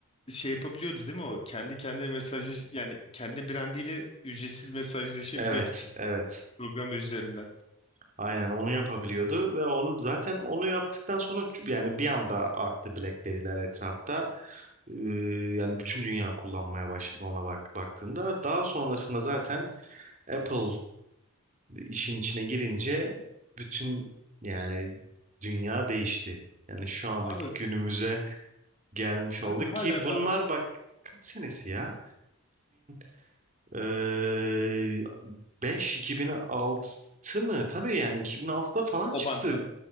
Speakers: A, on the left (about 25°); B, on the right (about 35°).
A: şey yapabiliyordu değil mi o? Kendi kendine mesajı yani kendi brandiyle ücretsiz mesajlaşabiliyordu
B: evet
A: ke-
B: evet
A: programı üzerinden.
B: Aynen onu yapabiliyordu ve onu zaten onu yaptıktan sonra ç- yani bir anda arttı BlackBerry'ler etrafta. Ee, yani bütün dünya kullanmaya başladı ona bak baktığında. Daha sonrasında zaten Apple işin içine girince bütün yani dünya değişti. Yani şu andaki
A: Abi
B: günümüze gelmiş olduk
A: ben hala
B: ki bunlar
A: da
B: bak kaç senesi ya? 2005 2006 mı? Tabii yani 2006'da falan çıktı
A: Obanta,